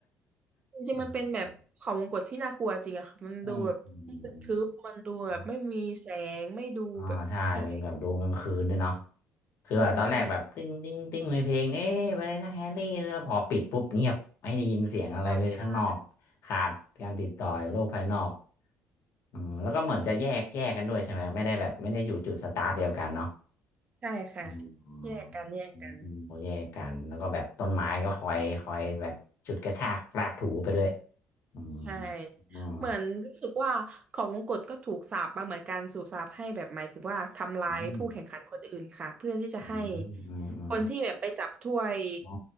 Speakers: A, on the right; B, on the left.
A: จริงๆมันเป็นแบบเขาวงกตที่น่ากลัวจริงอะค่ะมันดูแบบ
B: อ่าอืมอืมอืม
A: ทึบมันดูแบบไม่มีแสง
B: เนาะ
A: ไม่ดูแบบใช่
B: อ่าใช่เป็นแบบดูกลางคืนด้วยเนาะคือแบบตอนแรกแบบติ้งติ้งติ้งมีเพลงเอ๊ะไปเลยนะแฮร์รี่แล้วพอปิดปุ๊บเงียบไม่ได้ยินเสียงอะไรเลยข้างนอก
A: ใช่ใช่ครับใช่
B: ขาดการติดต่อโลกภายนอกอืมแล้วก็เหมือนจะแยกแยกกันด้วยใช่ไหมไม่ได้แบบไม่ได้อยู่จุดสตาร์ทเดียวกันเนาะ
A: ใช่ค่ะ
B: อืมอืมอืมโอแยกกันแล้วก็แบบต้นไม้ก็คอยคอยแบบฉุดกระชากลากถูไปด้วย
A: แยกกันแยกกัน
B: อืม
A: ใช่
B: อืม
A: เหมือนรู้สึกว่าของมงกุฎก็ถูกสาปมาเหมือนกันสูบสาปให้แบบหมายถึงว่าทำร้ายผู้แข่งขันคนอื่นค่ะเพื่อที่จะให้
B: อืม อืมอืมอืม
A: คนที่แบบไปจับถ้วย
B: อ๋อ